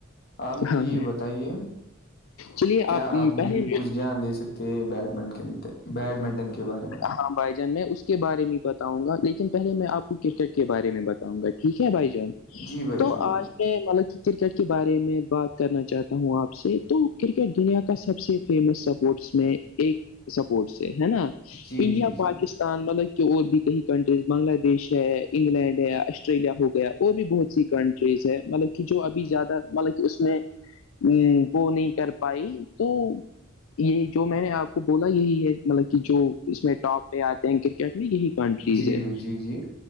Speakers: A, on the left; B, on the left.
A: آپ مجھے
B: ہاں
A: یہ
B: ہاں
A: بتائیے
B: چلیے
A: کیا آپ مجھے
B: پہلے
A: کچھ گیان دے سکتے ہیں بیڈمنٹن بیڈمنٹن کے بارے میں
B: ہاں بھائی جان میں اس کے بارے میں بتاؤں گا لیکن پہلے میں آپ کو کرکٹ کے بارے میں بتاؤں گا ٹھیک ہے بھائی جان
A: جی بھائی
B: تو
A: جی بھائی
B: آج میں مطلب کہ کرکٹ کے بارے میں بات کرنا چاہتا ہوں آپ سے تو کرکٹ دنیا کا سب سے فیمس سپورٹس میں ایک سپورٹس سے ہے نا
A: جی
B: انڈیا
A: جی
B: پاکستان
A: جی
B: مطلب کہ اور بھی کئی کنٹریز بنگلہ دیش ہے انگلینڈ ہے آسٹریلیا ہو گیا اور بھی بہت سی کنٹریز ہے مطلب کہ جو ابھی زیادہ مطلب کہ اس میں ہ وہ نہیں کر پائی تو یہ جو میں نے آپ کو بولا یہی ہے مطلب کہ جو اس میں ٹاپ پہ آتے ہیں کرکٹ میں یہی کنٹریز
A: جی
B: ہے
A: بھائی جی جی